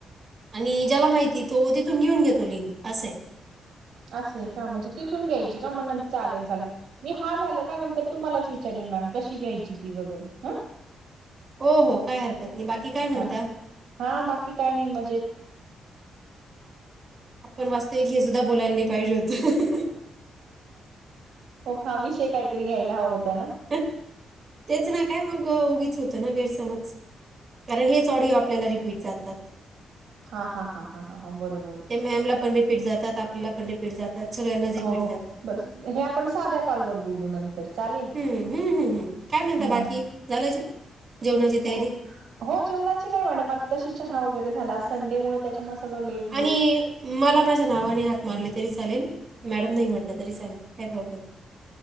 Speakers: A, on the right; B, on the right.
A: आणि ज्याला माहिती तो तिथून घेऊन घेतो लिंक असं आहे.
B: असे का म्हणजे तिथून घ्यायची का म्हण चालेल चालेल. मी हा झालं का नंतर तुम्हालाच विचारेन मॅम कशी घ्यायची ती वगैरे ह
A: हो हो काय हरकत नाही बाकी काय
B: ह
A: म्हणता.
B: हा बाकी काय नाही मजेत
A: आपण वाचत की हे सुद्धा बोलायला नाही पाहिजे होते.
B: म हा विषय काहीतरी घ्यायला हवा होता ना.
A: तेच ना काय मग उगीच होत ना गैरसमज. कारण हेच ऑडिओ आपल्याला रिपीट जातात.
B: हा हा हा हा हा ह बरोब
A: ते मॅमला पण रिपीट जातात आपल्याला पण रिपीट जातात. सगळ्यांना रिपीट
B: हो हो
A: जातातं
B: बरं हे आपण साध्या कॉलवर बोलू नंतर चालेल.
A: <inaudible> हम्म्म् हम् काय म्हणता
B: हम्म.
A: बाकी झालं <inaudible> जेवणाची तयारी
B: हो हो जेवणाची नाही मॅडम आता तशी चहा वगैरे झाला संडेमुळे त्याच्यामुळे सगळं लेट लेट
A: आणि मला माझ्या नावाने हाक मारले तरी चालेल मॅडम नाही म्हट आप तरी चाल का प्रॉब्लेम